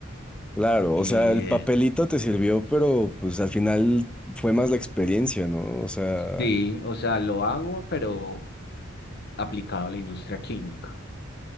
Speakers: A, in the centre; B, on the left.
A: Claro,
B: Eh,
A: o sea, el papelito te sirvió, pero pues al final fue más la experiencia, ¿no? O sea...
B: sí, o sea, lo hago, pero aplicado a la industria química.